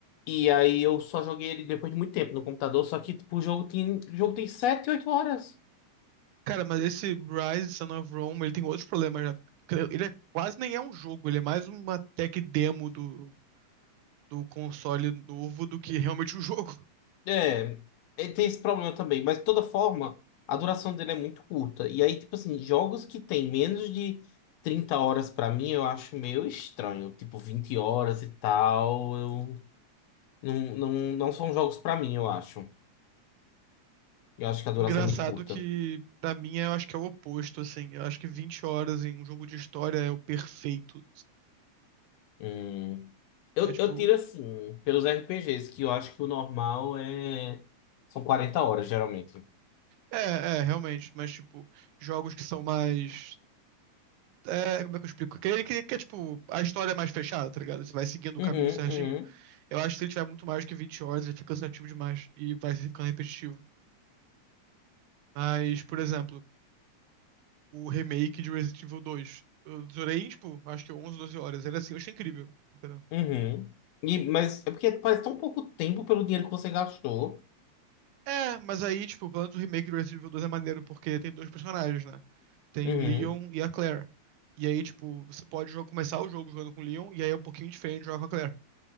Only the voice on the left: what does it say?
E aí eu só joguei ele depois de muito tempo no computador, só que tipo, o jogo tem, o jogo tem sete oito horas.
É, ele tem esse problema também, mas de toda forma, a duração dele é muito curta. E aí, tipo assim, jogos que tem menos de 30 horas pra mim, eu acho meio estranho. Tipo, 20 horas e tal, eu não, não, não são jogos pra mim, eu acho. Eu acho que a duração
é muito curta.
Hum, eu,
eu tiro assim, pelos RPGs, que eu acho que o normal é são 40 horas, geralmente.
Uhum,
uhum,
uhum. E, mas é porque faz tão pouco tempo pelo dinheiro que você gastou.
Uhum.